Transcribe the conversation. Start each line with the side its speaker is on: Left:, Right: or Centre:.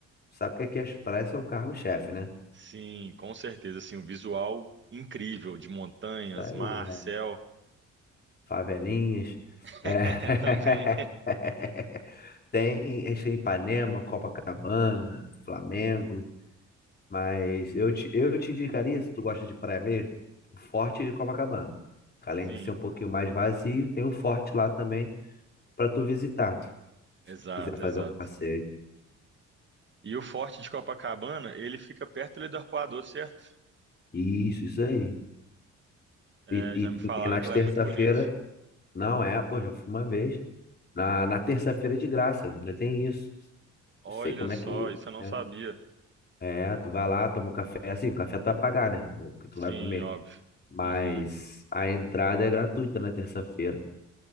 Left: Tu sabe que aqui as praias são cargo-chefe, né?
Right: Sim, com certeza, assim, o visual incrível de montanhas,
Left: Isso aí.
Right: mar, céu,
Left: favelinhas.
Right: <laughs>
Left: É.
Right: também.
Left: <laughs> Tem, a gente tem Ipanema, Copacabana, Flamengo, mas eu te, eu te indicaria, se tu gosta de praia mesmo, o Forte de Copacabana. que Além
Right: Sim.
Left: de ser um pouquinho mais vazio, tem o Forte lá também para tu visitar, se
Right: Exato,
Left: tu quiser fazer
Right: exato.
Left: um passeio.
Right: E o Forte de Copacabana, ele fica perto ali do Arpoador, certo?
Left: Isso, isso aí.
Right: É,
Left: E, e,
Right: já me falaram
Left: e nas
Right: que lá
Left: terça-feira,
Right: é muito bonito.
Left: não é, pô, já fui uma vez. Na, na terça-feira é de graça, ainda tem isso.
Right: Olha
Left: Não sei como
Right: só,
Left: é que,
Right: isso eu não
Left: né?
Right: sabia.
Left: É, tu vai lá, toma um café. Assim, o café tu vai pagar, né? O que tu
Right: Sim,
Left: vai comer.
Right: óbvio.
Left: Mas
Right: Uhum.
Left: a entrada é gratuita na terça-feira.